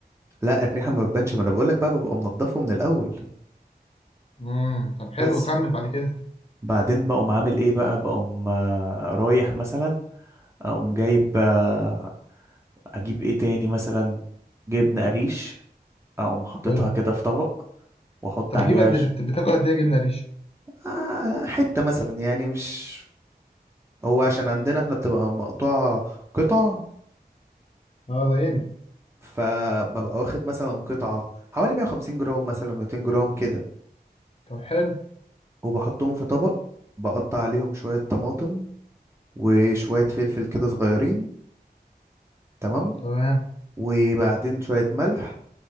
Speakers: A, on the right (about 15°); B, on the left (about 35°).
A: لا الريحه ما بتبانش ما انا بقول لك بقى ببقى منضفه من الاول
B: امم طب حلو
A: بس
B: كمل بعد كده
A: بعدين بقوم عامل ايه بقى بقوم آه، رايح مثلا اقوم جايب آه، اجيب ايه تاني مثلا جبنه قريش اقوم حاططها
B: حلو
A: كده في طبق واحط
B: طب
A: عليها
B: بتجيب قد إيه؟ بت- بتاكل قد ايه جبنة قريش
A: آه، حتة مثلا يعني مش هو عشان عندنا احنا بتبقى مقطوعة قطع
B: اه زينا
A: فببقى واخد مثلا قطعة حوالي 150 جرام مثلا 200 جرام كده
B: طب حلو
A: وبحطهم في طبق بقطع عليهم شوية طماطم وشوية فلفل كده صغيرين تمام
B: تمام
A: وبعدين شوية ملح